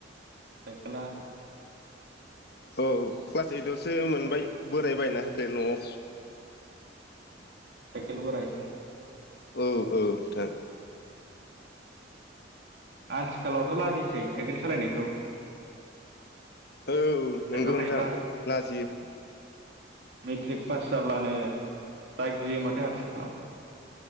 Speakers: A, on the right (about 60°); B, on the left (about 55°).
A: साइकेला‌।
B: औ क्लास ओइदआवसो मोनबाय। बोराय बायना होदो न'आव।
A: साइकेल बोराय।
B: औ औ नोंथां।
A: आथिखालावथ लाजिसै साइकेल सालायनायखौ।
B: औ
A: खायफा
B: नंगौ नोंथां
A: खायफा
B: लाजियो।
A: मेट्रिक पास जाब्लानो बाइक बियो माथो आथिखालाव।